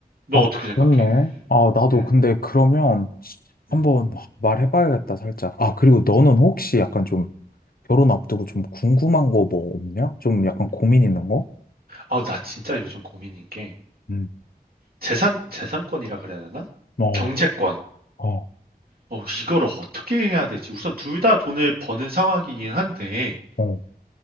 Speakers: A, on the right; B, on the left.
A: 너
B: 아,
A: 어떻게
B: 그렇네.
A: 생각해?
B: 아, 나도
A: 음,
B: 근데 그러면 한번
A: 음.
B: 말해봐야겠다, 살짝. 아, 그리고 너는 혹시 약간 좀 결혼 앞두고 좀 궁금한 거 뭐 없냐? 좀 약간 고민 있는 거?
A: 아, 나 진짜 요즘 고민인 게
B: 응.
A: 재산 재산권이라 그래야 되나?
B: 어,
A: 경제권.
B: 어,
A: 어, 이걸 어떻게 해야 되지? 우선 둘 다 돈을 버는 상황이긴 한데,
B: 어.